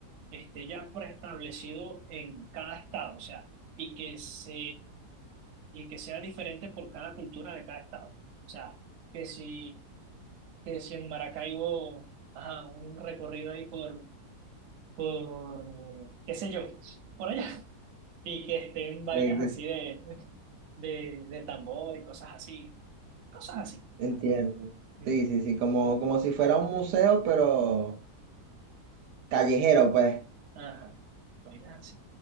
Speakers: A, on the right; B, on the right.
A: esté ya preestablecido en cada estado, o sea, y que se, y que sea diferente por cada cultura de cada estado. O sea, que si, que si en Maracaibo, ajá, un recorrido ahí por por, qué sé yo, por allá, y que estén vainas
B: Eh, que
A: así de, de, de tambor y cosas así, cosas así.
B: Entiendo.
A: Ujú.
B: Sí, sí, sí, como, como si fuera un museo, pero callejero, pues.
A: Ajá, vainas así.